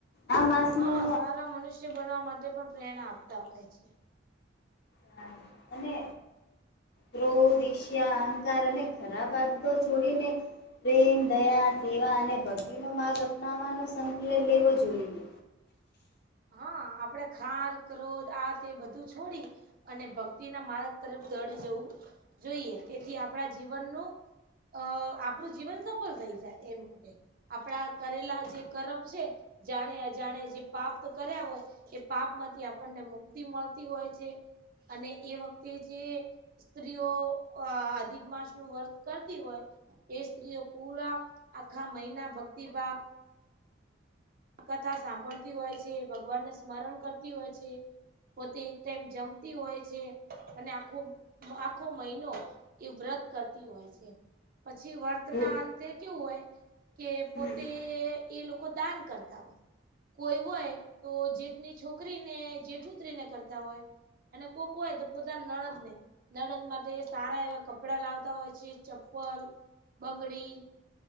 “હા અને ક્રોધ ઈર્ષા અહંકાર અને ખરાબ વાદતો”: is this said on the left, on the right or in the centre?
Left